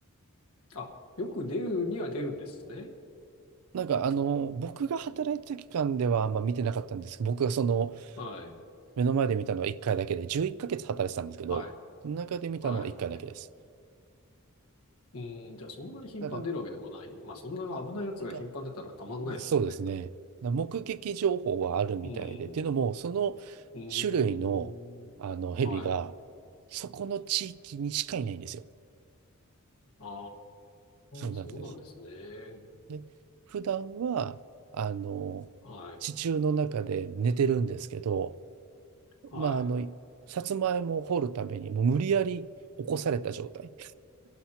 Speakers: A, on the left; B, on the right.
A: あ、よく出るには出るんですね。
B: なんか、あの、僕が働いてた期間ではあんま見てなかったんですけど、僕がその、
A: はい。
B: 目の前で見たのは1回だけで、11ヶ月働いてたんですけど、
A: はい。
B: その中で見たのは1回だけです。
A: はい。うん、じゃあそんなに頻繁に出るわけでもない。
B: ただ、
A: まあそんな危ないやつが頻繁に出たらたまんないですもんね。
B: なんか、そうですね。な目撃情報はあるみたいで、
A: うん。
B: っていうのも、その
A: うん。
B: 種類の、あの蛇が、
A: はい。
B: そこの地域にしかいないんですよ。
A: ああ、
B: そうなんです。
A: そうなんですね。
B: で、普段は、あの、
A: はい。
B: 地中の中で寝てるんですけど、
A: はい。
B: まあ、あの、さつまいもを掘るために、もう無理やり起こされた状態